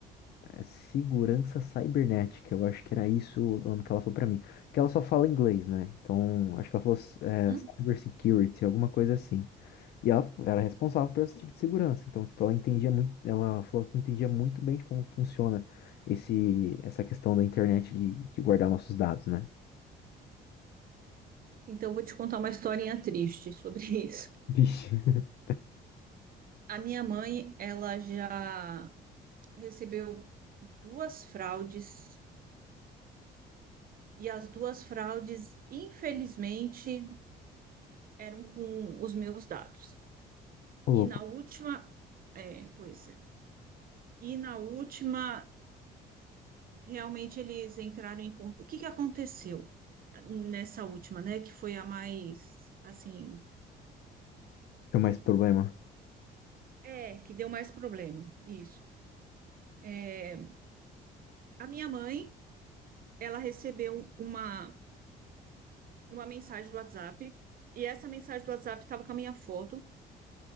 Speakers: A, on the left; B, on the right.
A: eh, segurança cibernética. Eu acho que era isso o nome que ela falou para mim. Que ela só fala inglês, né? Então, acho que ela falou é,
B: Hum.
A: cyber security, alguma coisa assim. E ela era responsável por esse tipo de segurança. Então, tipo, ela entendia muito, ela falou que entendia muito bem de como funciona esse, essa questão da internet de, de guardar nossos dados, né?
B: Então, eu vou te contar uma historinha triste sobre <laughs> isso.
A: Vixe, <laughs>
B: A minha mãe, ela já recebeu duas fraudes, e as duas fraudes, infelizmente, eram com os meus dados.
A: ô
B: E
A: louco,
B: na última, é, pois é. E na última, Realmente eles entraram em conta. O que que aconteceu nessa última, né? Que foi a mais, assim,
A: tem mais problema.
B: é, que deu mais problema. Isso. É, a minha mãe, ela recebeu uma, uma mensagem do WhatsApp, e essa mensagem do WhatsApp estava com a minha foto,